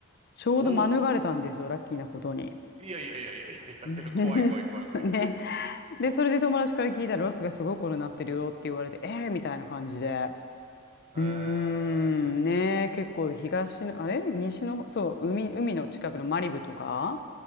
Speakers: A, on the left; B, on the right.
A: ちょうど免れたんですよ、
B: おお。
A: ラッキーなことに。
B: いやいやいやいやいやいやいや、
A: <laughs> ね。
B: 怖い怖い怖い怖い。
A: で、それで友達から聞いたら、ロスがすごいことになってるよって言われて、えーみたいな感じで。
B: え
A: うーん、ねえ、結構東の、あれ西の、そう、海、海の近くのマリブとか、